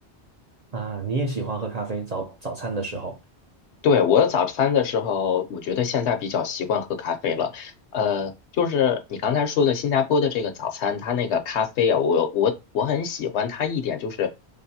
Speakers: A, on the right; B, on the left.
A: 啊，你也喜欢喝咖啡，早早餐的时候。
B: 对，我早餐的时候，我觉得现在比较习惯喝咖啡了。呃，就是你刚才说的新加坡的这个早餐，它那个咖啡啊，我我我很喜欢它一点就是，